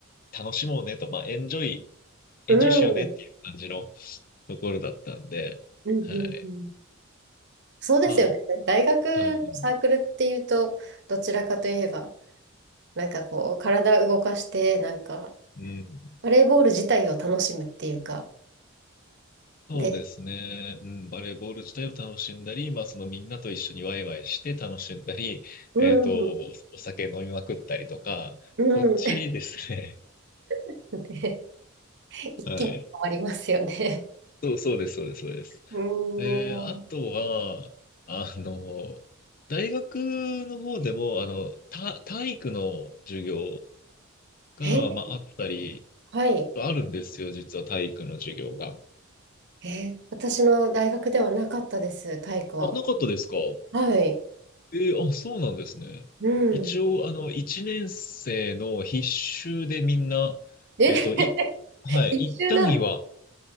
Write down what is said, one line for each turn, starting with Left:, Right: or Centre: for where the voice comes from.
Left: あ、楽しもうねと、まあ、エンジョイ、エンジョイしようねっていう感じの
Right: うん
Left: ところだったんで、
Right: うんうん
Left: はい。
Right: そうですよね。
Left: ま
Right: 大学のサークルっていうと、
Left: あ、うん、
Right: どちらかといえば、なんかこう、体動かして、なんか、
Left: うん
Right: バレーボール自体を楽しむっていうか、
Left: そうですね。
Right: で、
Left: うん、バレーボール自体を楽しんだり、まあ、そのみんなと一緒にワイワイして楽しんだり、
Right: うん、
Left: えっと、おお酒飲みまくったりとか、
Right: うん。
Left: そっちですね。
Right: <laughs> で、一気に変わりますよね。
Left: <laughs> はい。そう、そうです、そうです、そうです。
Right: うん。
Left: えー、あとは、あの、大学の方でも、あの、た体育の授業が、
Right: え、
Left: まあ、あったり、
Right: はい。
Left: あるんですよ、実は体育の授業が。
Right: えー私の大学ではなかったです、体育は。
Left: あ、なかったですか
Right: はい。
Left: えー、あ、そうなんですね。
Right: うん。
Left: 一応、あの、一年生の必修でみんな、
Right: え、
Left: えっと、い、はい、
Right: <laughs> 必修なんです。
Left: 一単位は、